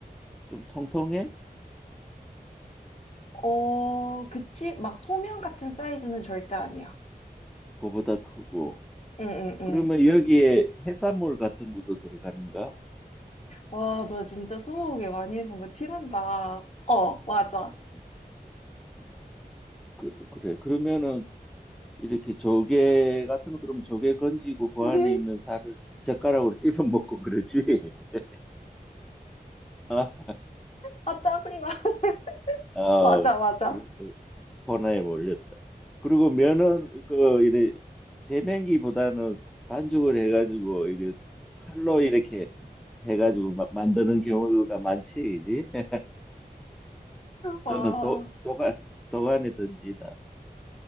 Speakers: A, in the centre; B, on the left.
A: 좀 통통해?
B: 어, 그치? 막 소면 같은 사이즈는 절대 아니야.
A: 그보다 크고.
B: 응, 응, 응.
A: 그러면 여기에 해산물 같은 것도 들어가는가?
B: 와, 너 진짜 스무고개 많이 해본 거 티난다. 어, 맞아.
A: 음, 어, 그, 그래. 그러면은 이렇게 조개 같은 거 들으면 조개 건지고 그
B: <laughs>
A: 안에 있는 살을 젓가락으로 <laughs> 씹어 먹고 그러지. <laughs> 아,
B: 아, 짜증나. <laughs>
A: 어,
B: 맞아, 맞아.
A: 지금 뭐 코너에 몰렸다. 그리고 면은 그 이래 재면기보다는 반죽을 해가지고 이게 칼로 이렇게 해가지고 마- 만드는 경우가 많지, 이제.
B: 와,
A: 너는 도, 도가, 도가니 던지다.